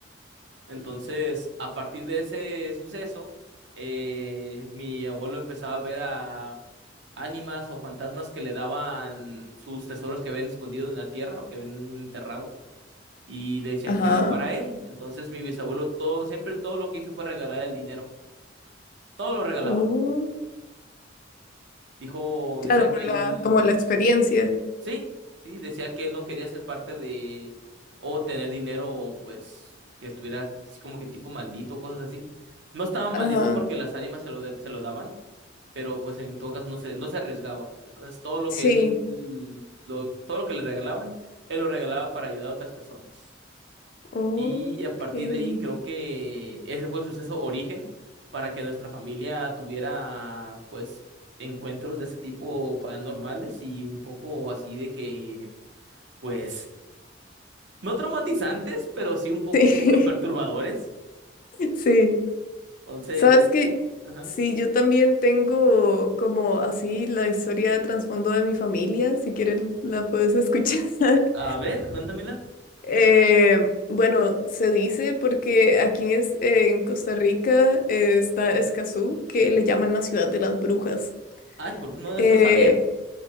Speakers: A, on the right; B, on the left.
A: Entonces, a partir de ese suceso, eh, mi abuelo empezaba a ver a ánimas o fantasmas que le daban sus tesoros que ven escondidos en la tierra o que ven enterrados. y decían
B: ajá,
A: que era para él. Entonces mi bisabuelo todo, siempre todo lo que hizo fue regalar el dinero, todo lo regalaba.
B: oh,
A: Dijo,
B: claro,
A: decía
B: por
A: que él,
B: la, como la experiencia,
A: sí, sí, decía que él no quería ser parte de o tener dinero, pues que estuviera así como que tipo maldito, cosas así. No estaba maldito
B: ajá,
A: porque las ánimas se lo, de- se lo daban, pero pues en todo caso no se, no se arriesgaba. Entonces todo lo
B: sí,
A: que él, lo, todo lo que le regalaban, él lo regalaba para ayudar a otras personas.
B: ok,
A: Y a partir
B: sí,
A: de ahí creo que ese fue el suceso origen para que nuestra familia tuviera pues encuentros de ese tipo paranormales y un poco así de que pues no traumatizantes, pero sí un poco
B: <laughs>
A: como que perturbadores.
B: sí,
A: Entonces,
B: Sabes que
A: ajá.
B: sí, yo también tengo como así la historia de trasfondo de mi familia, si quieres la puedes escuchar. <laughs>
A: A ver, cuéntamela.
B: Eh, bueno, se dice porque aquí en, es- en Costa Rica eh, está Escazú, que le llaman la ciudad de las brujas.
A: Ay, por Dios, no, eso
B: Eh,
A: no sabía.